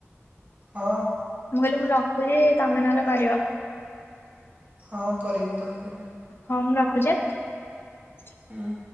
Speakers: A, on the right; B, on the left.
A: ହଁ।
B: ମୁଁ କହିଲି ମୁଁ ରଖୁଚି ତମେ ନହେଲେ କରିବ ।
A: ହଁ କରିବି କରିିବି ।
B: ହଁ ମୁଁ ରଖୁଚି ଆଁ।
A: ହୁଁ।